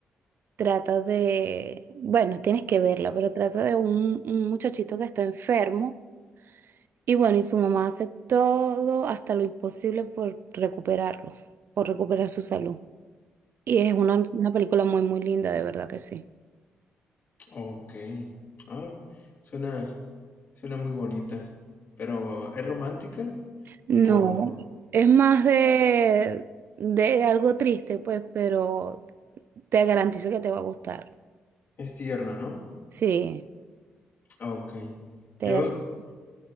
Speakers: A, on the right; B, on the left.
A: Trata de, bueno, tienes que verla, pero trata de un, un muchachito que está enfermo Y bueno, y su mamá hace todo hasta lo imposible por recuperarlo, por recuperar su salud. Y es una, una película muy, muy linda, de verdad que sí.
B: Okey. Ah, suena suena muy bonita, pero, ¿es romántica?
A: No,
B: Por
A: es más de, de algo triste, pues, pero te garantizo que te va a gustar.
B: es tierna, ¿no?
A: Sí,
B: Okey.
A: te
B: Yo,
A: garantizo.